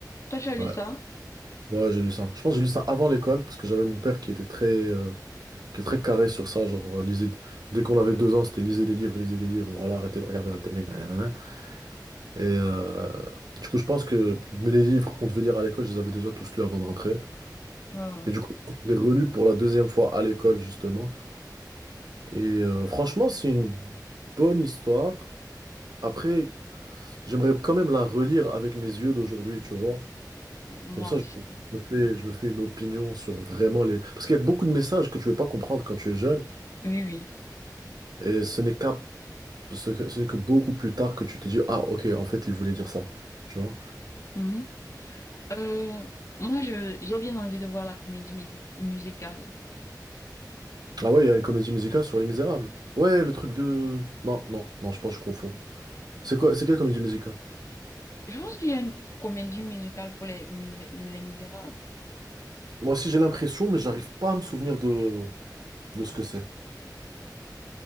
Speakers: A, on the left; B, on the right.
A: Toi, tu as lu
B: Ouais,
A: ça?
B: ouais, j'ai lu ça. Je pense que j'ai lu ça avant l'école, parce que j'avais mon père qui était très, euh, qui était très carré sur ça. Genre, euh, lisez- dès qu'on avait deux ans, c'était lisez des livres, lisez des livres, voilà, arrêtez de regarder la télé, nanana. Et euh, du coup, je pense que mais les livres qu'on devait lire à l'école, je les avais déjà tous lus avant de rentrer.
A: Euh,
B: Et du coup, je les relus pour la deuxième fois à l'école, justement. Et euh, franchement, c'est une bonne histoire. Après. J'aimerais quand même la relire avec mes yeux d'aujourd'hui, tu vois.
A: moi
B: Comme ça,
A: aussi.
B: je me fais, je me fais une opinion sur vraiment les... Parce qu'il y a beaucoup de messages que tu ne veux pas comprendre quand tu es jeune,
A: Oui, oui.
B: et ce n'est qu'à, ce, que- ce n'est que beaucoup plus tard que tu te dis, ah, ok, en fait, il voulait dire ça, tu vois.
A: Mhm. Euh, moi, je, j'ai bien envie de voir la comédie musi- musicale.
B: Ah ouais, il y a une comédie musicale sur Les Misérables. Ouais, le truc de... Non, non, non, je pense que je confonds. C'est quoi, c'est quelle comédie musicale?
A: Je pense qu'il y a une comédie musicale pour Les, musé- les Misérables.
B: Moi aussi, j'ai l'impression, mais j'arrive pas à me souvenir de, de ce que c'est.